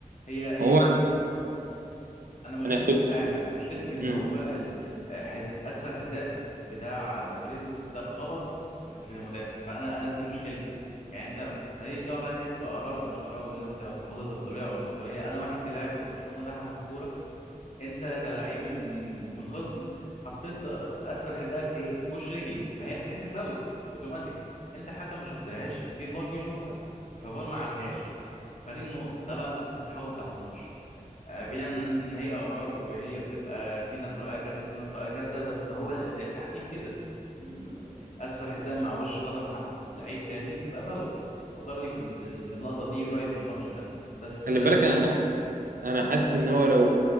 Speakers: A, on the left; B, on the right.
A: هي هي
B: هو
A: انا مشكلتي
B: أنا كنت
A: في حاجه انا مشكلتي في ان
B: مم.
A: هو ال- آه، حز... اسفل الحذاء بتاع دومفريز ده خبط في في المدافع فانا انا دي مشكلتي يعني انت ماليش دعوه بقى ان هي تبقى اراء ولا مش اراء والناس بتاخد- تاخدها تقديريه او مش تقديريه انا واحد كلاعب كبرشلونه رايح اخد الكوره انت كلاعب من من الخصم حطيت ده- اسفل حذائك في في وش رجلي فهي بتتحسب فاول اوتوماتيك انت حكم ما شفتهاش في فار بيشوفها ففار ما عادهاش فدي النقطه ده بقى نقطه التحول بتاعه الماتش آه، بعيدا عن ان هي اراء وهي بتبقى في ناس رايها كذا في ناس رايها كذا بس هو ال- التحكيم كده م- م- اسفل حزام مع وش قدم ع- لعيب تاني بتبقى فاول فده رايي في ال- في ال- في اللقطه دي ورايي في الماتش ده بس
B: خلي
A: ده اللي
B: بالك
A: بتكلم
B: أنا
A: فيه
B: أنا حاسس إن هو لو